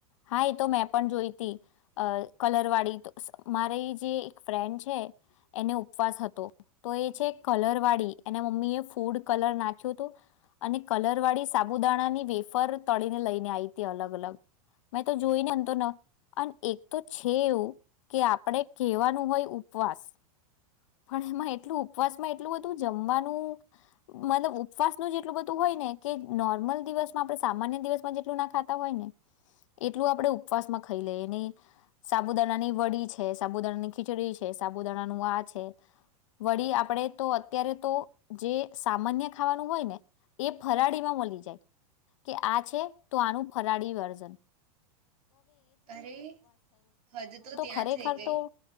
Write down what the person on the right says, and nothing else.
અરે હદ તો ત્યાં
થઈ ગઈ